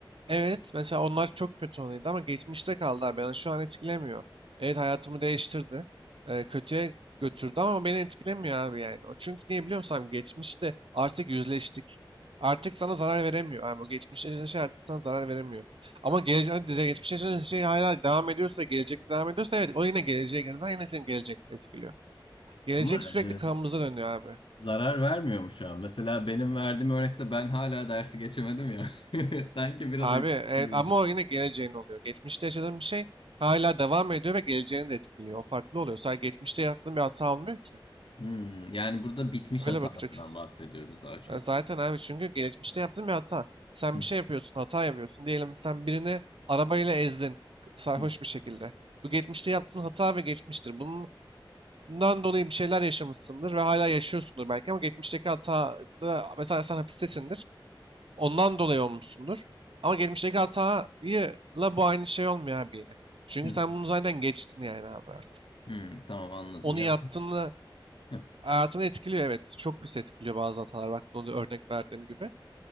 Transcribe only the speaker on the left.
Ama
e,
zarar vermiyor mu şu an? Mesela benim verdiğim örnekte ben hala dersi geçemedim ya. <laughs> Sanki biraz
etkili.
Hmm, yani burada bitmiş
hatalardan
bahsediyoruz daha çok.
Hı,
hı,
hı, hı.
Hmm, tamam anladım
ya.
Hı,